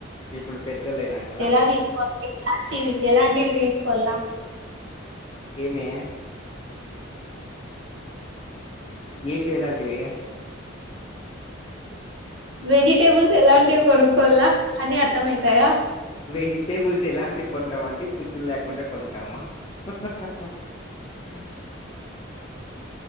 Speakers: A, on the left; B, on the right.
A: ఇప్పుడు పెద్దోల్లుఐనాం కదా
B: ఎలా తీసుకోవాలి ఎలాంటివి తీసుకోవల్నా
A: ఏమి. ఏంటివి ఎలాంటివే
B: వెజిటేబుల్స్ ఎలాంటివి కొనుక్కోలా అన్ని అర్థం అయితాయా
A: వెజిటేబుల్స్ ఎలాంటివి కొంటాం అండి పుచ్చులు లేకుండా కొంటాము. హ హహా హ